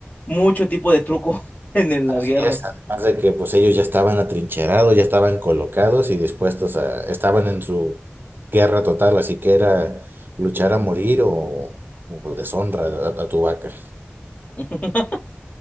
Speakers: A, on the left; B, on the right.
A: mucho tipo de truco <laughs> en, en
B: Así
A: las guerras.
B: es, además de que pues ellos ya estaban atrincherados, ya estaban colocados y dispuestos a, estaban en su guerra total, así que era luchar a morir o, o deshonra a, a tu vaca.
A: <laughs>